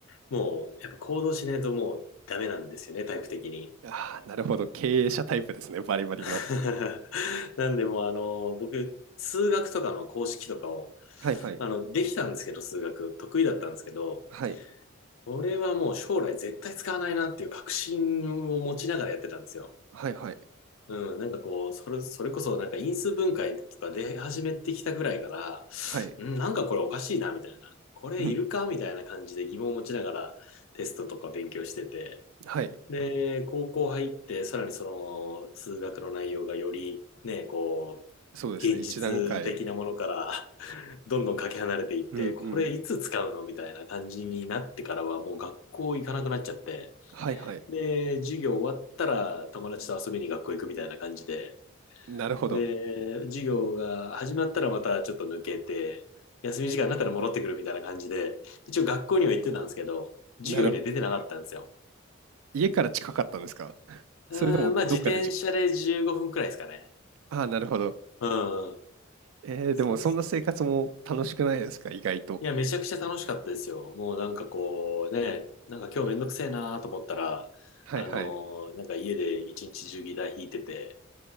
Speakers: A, on the left; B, on the right.
A: もうやっぱ行動しないともうダメなんですよね、タイプ的に。
B: ああ、なるほど。経営者タイプですね。バリバリの。
A: <laughs> なんでもうあの、僕、数学とかの公式とかを、
B: はいはい。
A: あの、できたんですけど、数学、得意だったんですけど、
B: はい。
A: これはもう将来絶対使わないなっていう確信を持ちながらやってたんですよ。
B: はいはい。
A: うん、なんかこう、それ、それこそなんか因数分解とか出始めてきたぐらいから、
B: はい。
A: うん、なんかこれおかしいな、みたいな。これいるかみたいな感じで疑問を持ちながらテストとか勉強してて。
B: うん。はい。
A: で、高校入って、さらにその数学の内容がよりね、こう、
B: そうですね。
A: 現実的なものから
B: 一段階。
A: <laughs> どんどんかけ離れていって、
B: うんうん。
A: これいつ使うのみたいな感じになってからはもう学校行かなくなっちゃって。
B: はいはい。
A: で、授業終わったら友達と遊びに学校行くみたいな感じで、
B: なるほど。
A: で、授業が始まったらまたちょっと抜けて、休み時間になったら戻ってくるみたいな感じで、一応学校には行ってたんですけど、授業には出てなかったんですよ。
B: なるほ家から近かったんですか？
A: うーん、
B: それともどっかでじ
A: まあ自転車で15分くらいですかね。
B: ああ、なるほど。
A: うん。
B: えーでもそんな生活も楽しくないですか？
A: そうそうそう。
B: 意外と。
A: いや、めちゃくちゃ楽しかったですよ。もうなんかこうね、なんか今日めんどくせえなと思ったら、
B: はいはい。
A: あのーなんか家で一日中ギター弾いてて、